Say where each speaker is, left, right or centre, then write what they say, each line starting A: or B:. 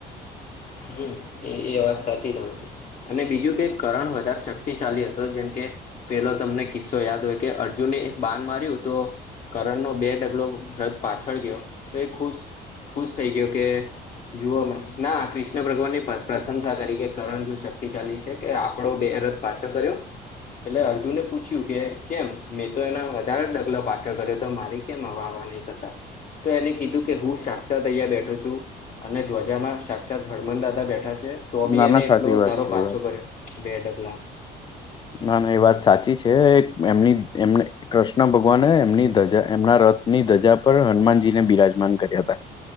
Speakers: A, on the left; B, on the left.
A: હમ એ એ વાત સાચી તમારી. અને બીજું કે કરણ વધારે શક્તિશાલી હતો જેમ કે પેલો તમને કિસ્સો યાદ હોય કે અર્જુને એક બાન માર્યું તો કરણનો બે ડગલો રથ પાછળ ગયો તો એ ખુશ ખુશ થઈ ગયો કે જુઓ મે ના ક્રષ્ણ કૃષ્ણ ભગવાન ની પ્રશંસા કરી કે કરણ જો શક્તિ શાલી છે કે આપણો બેરથ પાછો કર્યો. એટલે અર્જુને પૂછ્યું કે કેમ મેં તો એના વધારે જ ડગલો પાછળ કર્યો તો મારી કેમ વાહવા નહી? તો એને કીધું કે હું સાક્ષાત અહીંયાં બેઠો છું અને ધ્વજામાં સાક્ષાત હનુમાન દાદા બેઠા છે તો બી
B: ના
A: એને
B: ના
A: એટલો
B: સાચી વાત
A: <unintelligible>
B: છે એ
A: પાછો
B: વાત
A: કર્યો બે ડગલા
B: ના ના એ વાત સાચી છે એમની એમને કૃષ્ણ ભગવાને એમની ધજા એમના રથની ધજા પર હનુમાનજીને બિરાજમાન કર્યા હતા.